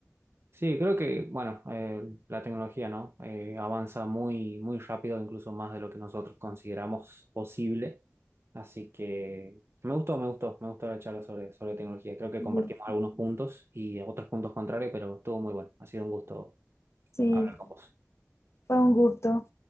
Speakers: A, on the right; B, on the left.
A: Sí, creo que, bueno, eh, la tecnología, ¿no? Eh, avanza muy, muy rápido, incluso más de lo que nosotros consideramos posible. Así que me gustó, me gustó, me gustó la charla sobre, sobre tecnología. Creo que
B: Y
A: compartimos algunos puntos y otros puntos contrarios, pero estuvo muy bueno. Ha sido un gusto
B: sí,
A: hablar con vos.
B: fue un gusto.